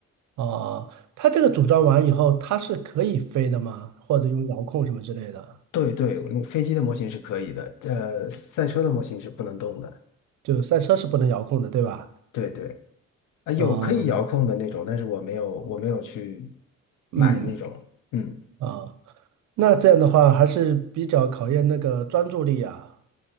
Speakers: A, on the right; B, on the left.
A: 哦，它这个组装完以后，它是可以飞的吗？或者用遥控什么之类的？
B: 对对，嗯飞机的模型是可以的，呃，赛车的模型是不能动的。
A: 就赛车是不能遥控的，对吧？
B: 对对，啊，有可以遥控的那种，
A: 哦，
B: 但是我没有，我没有去
A: 嗯，
B: 买那种。嗯，
A: 啊。那这样的话还是比较考验那个专注力啊，